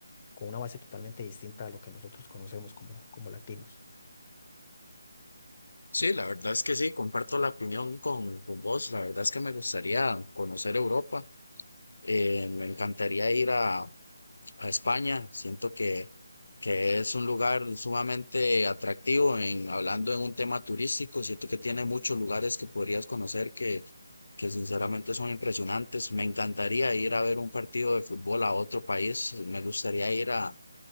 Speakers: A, on the left; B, on the left.
A: con una base totalmente distinta a lo que nosotros conocemos como, como latinos.
B: Sí, la verdad es que sí, comparto la opinión con, con vos. La verdad es que me gustaría conocer Europa. Eh, me encantaría ir a, a España. Siento que, que es un lugar sumamente atractivo en hablando en un tema turístico. Siento que tiene muchos lugares que podrías conocer que, que sinceramente son impresionantes. Me encantaría ir a ver un partido de fútbol a otro país. Me gustaría ir a,